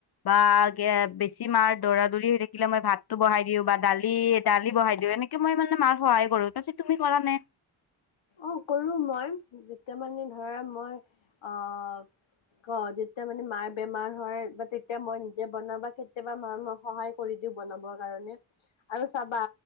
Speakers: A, on the left; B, on the left.
A: বা আগে বেছি মাৰ দৌৰা-দৌৰি হৈ থাকিলে মই ভাতটো বহাই দিওঁ বা দালি, দালি বহাই দিওঁ এনেকে মই মানে মাক সহায় কৰোঁ, তাৰপিছত তুমি কৰা নে?
B: অ', কৰোঁ মই, যেতিয়া মানে ধৰা মই অহ। <unintelligible> যেতিয়া মানে মাৰ বেমাৰ হয়, বা তেতিয়া মই নি -জে বনাবা কেতিয়াবা মাক মই সহায় কৰি দিওঁ বনাবৰ কাৰণে আৰু। চাবা,